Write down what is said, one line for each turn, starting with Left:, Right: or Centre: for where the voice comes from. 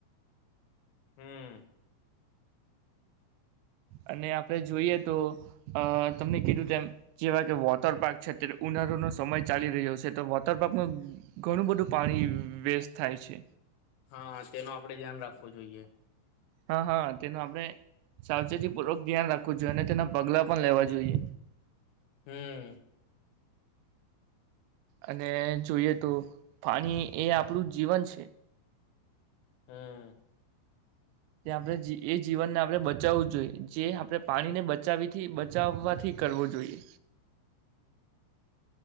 Left: હમ્મ.
Right: અને આપડે જોઈએ તો અ તમને કીધું તેમ જેવા કે વોટર પાર્ક છે ત્રે ઉનારોનો સમય ચાલી રહ્યો છે તો વોટરપ્પમાં ઘણું બધું પાણી વ-વેસ્ટ થાય છે.
Left: હા તેનું આપડે ધ્યાન રાખવું જોઈએ.
Right: હા હા તેનું આપણે સાવચેતી પૂર્વક ધ્યાન રાખવું જોઈએ અને તેના પગલા પણ લેવા જોઈએ.
Left: હમ્મ.
Right: અને જોઈએ તો પાણી એ આપણું જીવન છે.
Left: હમ
Right: <inaudible> ત્યા આપણે જી એ જીવનને આપણે બચાવવું જોઈએ જે આપણે પાણીને બચાવીથી બચાવવાથી કરવો જોઈએ.